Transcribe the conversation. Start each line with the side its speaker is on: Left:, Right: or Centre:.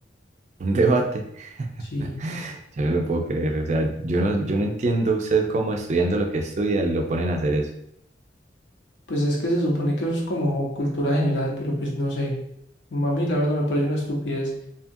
Right: Un debate. <laughs>
Left: sí,
Right: Yo no lo puedo creer. O sea, yo no, yo no entiendo usted cómo estudiando lo que estudia lo ponen a hacer eso.
Left: Pues es que se supone que eso es como cultura general, pero pues no sé. A mí la verdad me parece una estupidez.